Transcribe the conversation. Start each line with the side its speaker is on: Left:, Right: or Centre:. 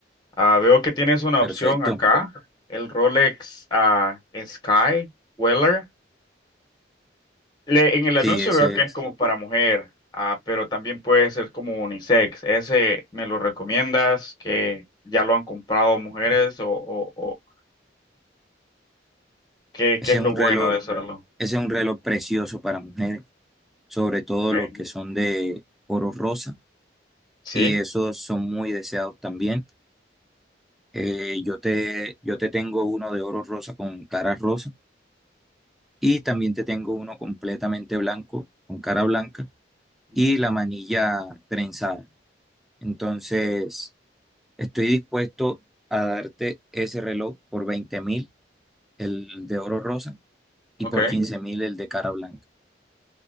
Left: Ah, veo que tienes una
Centre: Perfecto.
Left: opción acá, el Rolex ah, Sky Weller. Le- en el
Centre: Sí,
Left: anuncio
Centre: ese
Left: veo que
Centre: es,
Left: es como para mujer, ah, pero también puede ser como unisex. ¿Ese me lo recomiendas? ¿Que ya lo han comprado mujeres o, o, o qué,
Centre: ese
Left: qué es
Centre: es
Left: lo
Centre: un
Left: bueno
Centre: reloj,
Left: de hacerlo?
Centre: ese es un reloj precioso para mujeres, sobre todo
Left: Okay.
Centre: los que son de oro rosa,
Left: ¿Sí?
Centre: y esos son muy deseados también. Eh, yo te, yo te tengo uno de oro rosa con cara rosa, y también te tengo uno completamente blanco, con cara blanca,
Left: Ujú.
Centre: y la manilla trenzada. Entonces, Estoy dispuesto a darte ese reloj por veinte mil, el de oro rosa, y
Left: Ok,
Centre: por quince mil el de cara blanca.